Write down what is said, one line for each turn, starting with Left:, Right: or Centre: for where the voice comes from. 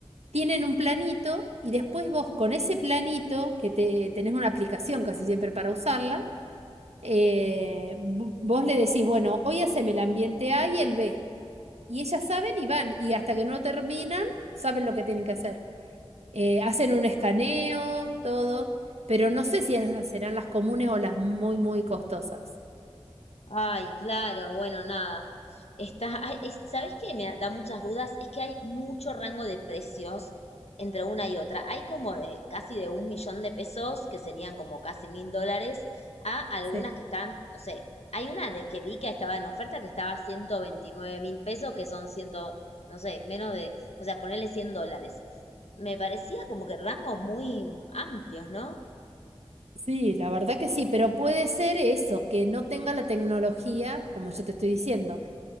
Right: tienen un planito y después vos con ese planito, que te, tenés una aplicación casi siempre para usarla, eh, vo- vos le decís, bueno, hoy haceme el ambiente A y el B. Y ellas saben y van, y hasta que no terminan, saben lo que tienen que hacer. Eh, hacen un escaneo, todo, pero no sé si esas serán las comunes o las muy, muy costosas.
Left: Ay, claro, bueno, nada. Está, ay, es- ¿sabés qué me da muchas dudas? Es que hay mucho rango de precios entre una y otra. Hay como de casi de un millón de pesos, que serían como casi mil dólares, a algunas
Right: Sí.
Left: que están, no sé, hay una de que vi que estaba en oferta que estaba a ciento veintinueve mil pesos, que son ciento, no sé, menos de, o sea, ponerle 100 dólares. Me parecía como que rangos muy amplios, ¿no?
Right: Sí, la verdad que sí, pero puede ser eso, que no tenga la tecnología, como yo te estoy diciendo